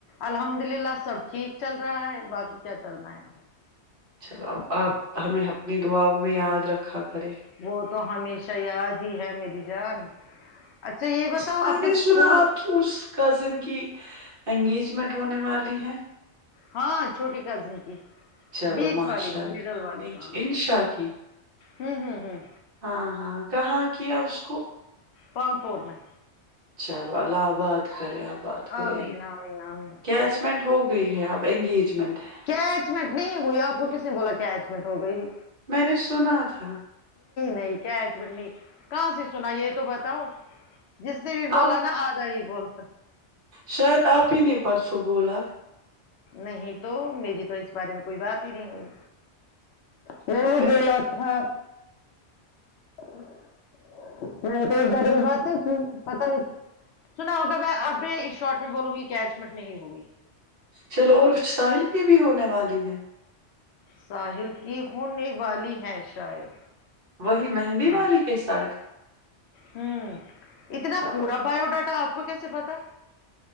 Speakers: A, on the left; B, on the right.
A: الحمد للہ سب ٹھیک چل رہا ہے باقی کیا چلنا ہے
B: چلو اب آپ ہمیں اپنی دعاؤں میں یاد رکھا کرے
A: وہ تو ہمیشہ شیاد ہی ہے میری جان یہ
B: اچھا
A: بتاؤ اپنی
B: میں نے
A: اسکول
B: سنا آپ کی اس کزن کی انگیجمنٹ ہونے والی ہے
A: ہاں چھوٹی کزن کی
B: چلو
A: بیچ
B: ماشاء
A: والی مڈل
B: اللہ
A: والی
B: بھی
A: ہاں
B: انشا کی
A: ہوں ہوں ہوں
B: ہاں ہاں کہاں کیا اس کو
A: پان پور میں
B: چلو اللہ آباد کریں آپ بات کرے
A: آمین آمین آمین
B: کیچمنٹ ہوگی گئی ہے اب انگیجمنٹ ہے
A: کیچمنٹ نہیں ہوئی آپ کو کس نے بولا کیچمنٹ ہو گئی جی
B: میں نے سنا تھا
A: نہیں کیا چڑنی کہاں سے سنا یہ تو بتاؤ جس نے بھی بولا
B: آپ
A: نا آ جا ہی بول اچ <unintelligible>
B: شاید آپ ہی نے پرسوں بولا
A: نہیں تو میری تو اس بارے میں کوئی بات ہی نہیں ہوئی
B: اچھا
A: ان نے
B: پھر
A: بلاات تھا <unintelligible> ا <unintelligible> میں توے بات ہے پت نہیں سنا ہوگا میں اب اس شارٹ میں بولوں گی کیچ مٹ نہیں ہوگی <unintelligible>
B: چلو اور ساحل کی بھی ہونے والی ہے
A: ساحل کی ہونے والی ہے شاید
B: وہی مہندی
A: ہاں
B: والی کے ساتھ
A: ہوں اتنا
B: چلو
A: پورا بایو ڈاٹا آپ کو کیسے پتا